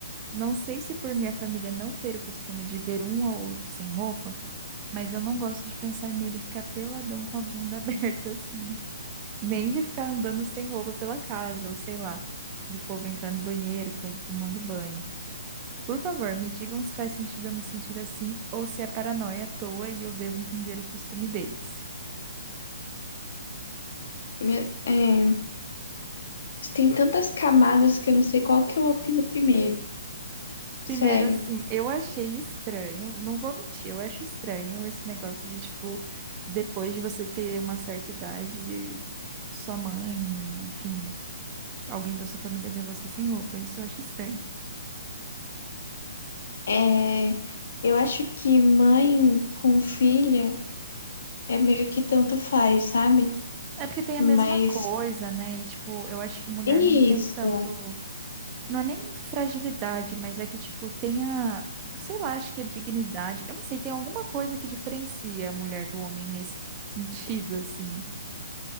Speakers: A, on the right; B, on the left.
A: Não sei se por minha família não ter o costume de ver um ao outro sem roupa, mas eu não gosto de pensar nele ficar peladão com a bunda <laughs> aberta assim. Nem de ficar andando sem roupa pela casa, ou sei lá, do povo entrar no banheiro com ele tomando banho. Por favor, me digam se faz sentido eu me sentir assim ou se é paranoia à toa e eu devo entender o costume deles.
B: Meu... É... isso Tem tantas camadas que eu não sei qual que eu opino primeiro. Sério.
A: Primeiro, assim, eu achei estranho, não vou mentir, eu acho estranho esse negócio de, tipo, depois de você ter uma certa idade, sua mãe, enfim, alguém da sua família vê você sem roupa. Isso eu acho estranho.
B: É... Eu acho que mãe com filha é meio que tanto faz, sabe?
A: É porque tem a
B: Mas
A: mesma coisa, né? E, tipo, eu acho que mulher
B: Isso.
A: não tem tanto. Não é nem fragilidade, mas é que, tipo, tenha, sei lá, acho que é dignidade. Eu não sei, tem alguma coisa que diferencia a mulher do homem nesse sentido, assim.